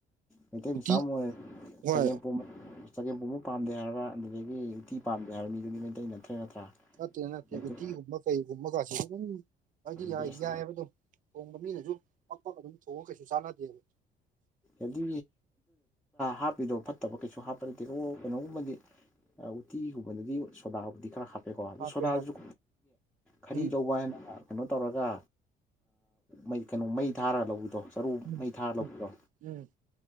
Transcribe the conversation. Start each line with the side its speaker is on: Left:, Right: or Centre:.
Centre: ꯃꯩꯇꯩ
Right: ꯎꯇꯤ
Centre: ꯃꯆꯥ ꯑꯃꯥ ꯑꯣꯏꯔ
Right: ꯍꯣꯏ
Centre: ꯆꯥꯒꯦꯝ ꯄꯣꯝ ꯆꯒꯦꯝꯄꯣꯕꯨ ꯄꯥꯝꯗꯦ ꯍꯥꯏꯔꯒ ꯑꯗꯨꯗꯒꯤ ꯎꯇꯤ ꯄꯥꯝꯗꯦ ꯍꯥꯏꯔ ꯃꯤꯗꯨꯗꯤ ꯃꯩꯇꯩ ꯅꯠꯇ꯭ꯔꯦ ꯅꯠꯇ꯭ꯔꯥ
Right: ꯅꯠꯇꯦ ꯅꯠꯇꯦ
Centre: ꯃꯩꯇꯩ
Right: ꯎꯠꯇꯤꯒꯨꯝꯕ ꯀꯩꯒꯨꯝꯕ ꯀꯁꯤ ꯑꯗꯨꯝ ꯍꯥꯏꯗꯤ
Centre: ꯕꯦꯁ
Right: ꯌꯥꯏꯑꯕ ꯑꯗꯨꯝ ꯊꯣꯡꯕ ꯃꯤꯅꯁꯨ ꯄꯛꯄꯒ ꯑꯗꯨꯝ ꯊꯣꯡꯉꯒ ꯀꯩꯁꯨ ꯆꯥꯟꯅꯗꯦꯕ
Centre: ꯑꯗꯨ ꯍꯥꯞꯄꯤꯗꯣ ꯐꯠꯇꯕ ꯀꯩꯁꯨ ꯍꯥꯞꯄ ꯅꯗꯤꯀ ꯀꯩꯅꯣꯒꯨꯝꯕꯗꯤ ꯎꯇꯤꯒꯨꯝꯕꯅꯗꯤ ꯁꯣꯗꯥꯕꯨꯗꯤ ꯈꯔ ꯍꯥꯞꯄ ꯀꯣ ꯑꯗ
Right: ꯍꯥꯞꯄꯦ
Centre: ꯁꯣꯗꯥꯗꯨꯁꯨ
Right: ꯍꯥꯞꯄꯦ
Centre: ꯈꯔꯤ
Right: ꯎꯝ
Centre: ꯂꯧꯕ ꯍꯥꯏꯅ ꯀꯩꯅꯣ ꯇꯧꯔꯒ ꯃꯩ ꯀꯩꯅꯣ ꯃꯩ ꯊꯥꯔ ꯂꯧꯕꯤꯗꯣ ꯆꯔꯨ
Right: ꯎꯝ
Centre: ꯃꯩ ꯊꯥꯔ ꯂꯧꯕꯤꯗꯣ
Right: ꯎꯝ ꯎꯝ